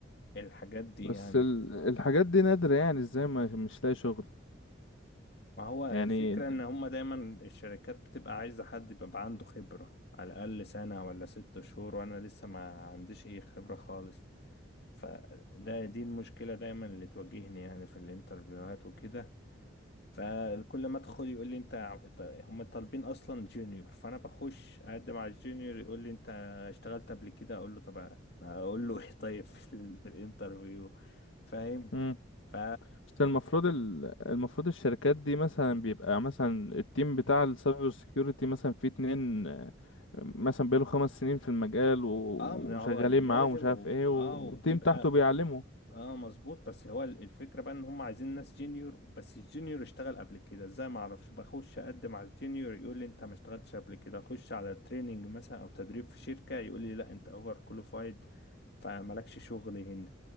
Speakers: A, on the left; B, on the left.
A: الحاجات دي
B: بس
A: يعني
B: ال... الحاجات دي نادرة يعني ازاي ما مش لاقي شغل
A: ما هو الفكرة
B: يعني
A: إن هما دايما الشركات بتبقى عايزة حد يبقى عنده خبرة على الأقل سنة ولا ست شهور وأنا لسه ما عنديش أي خبرة خالص فده دي المشكلة دايما اللي تواجهني يعني في الانترفيوهات وكده فكل ما أدخل يقول لي أنت ع- ط- هما طالبين أصلا جونيور فأنا بخش أقدم على الجونيور يقول لي أنت اشتغلت قبل كده أقول له طب أنا أقول له إيه طيب في ال- في الانترفيو فاهم
B: امم
A: ف
B: بس المفروض ال... المفروض الشركات دي مثلا بيبقى مثلا التيم بتاع السايبر سيكيورتي مثلا فيه اتنين آه، مثلا بقاله خمس سنين في المجال و... وشغالين
A: اه ما هو لازم
B: معاه ومش عارف
A: و...
B: ايه والتيم
A: اه وبيبقى
B: تحته بيعلمه
A: اه مظبوط بس هو ال- الفكرة بقى ان هم عايزين ناس جينيور بس الجينيور اشتغل قبل كده ازاي ما اعرفش بخش اقدم على الجينيور يقول لي انت ما اشتغلتش قبل كده اخش على تريننج مثلا او تدريب في شركة يقول لي لا انت اوفر كواليفايد فمالكش شغل هنا